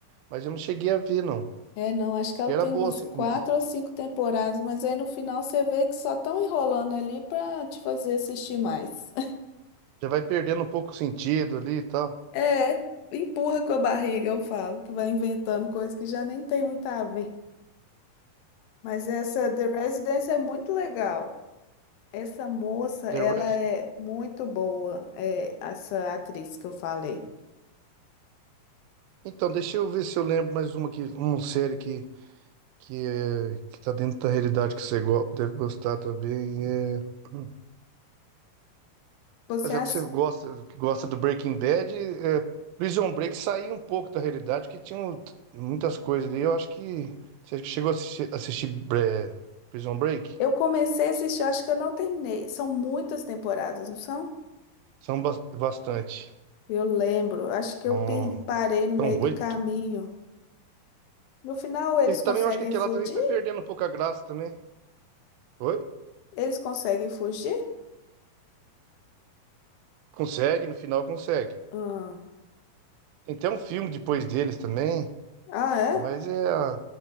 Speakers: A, on the right (about 85°); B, on the left (about 80°).
A: Mas eu não cheguei a ver, não.
B: É, não, acho
A: Diz
B: que ela
A: que era
B: tem
A: boa,
B: umas
A: assim.
B: quatro
A: né?
B: ou cinco temporadas, mas aí no final você vê que só estão enrolando ali para te fazer assistir mais.
A: Já vai perdendo um pouco o sentido ali e tal.
B: É, empurra com a barriga, eu falo, que vai inventando coisas que já nem tem muito a ver. Mas essa The Residence é muito legal. Essa moça,
A: The
B: ela
A: Res...
B: é muito boa, é, essa atriz que eu falei.
A: Então, deixa eu ver se eu lembro mais uma que uma série que, que, é, que tá dentro da realidade que você go- deve gostar também. É... Hum.
B: Você,
A: Já
B: assi-
A: que você gosta, que gosta do Breaking Bad, é, Prison Break saiu um pouco da realidade, que tinha um- muitas coisas ali. Eu acho que você chegou a assisti- assistir, é, Prison Break?
B: eu comecei a assistir, acho que eu não terminei. São muitas temporadas, não são?
A: São bas- bastante.
B: Eu lembro, acho
A: São,
B: que eu per- parei no meio
A: são
B: do
A: oito.
B: caminho. No final, eles
A: E também
B: conseguem
A: eu acho que aquela
B: fugir?
A: também foi perdendo um pouco a graça também. Foi?
B: Eles conseguem fugir?
A: Consegue, no final consegue.
B: Ah,
A: Tem até um filme depois deles também.
B: ah é?
A: Mas é. a-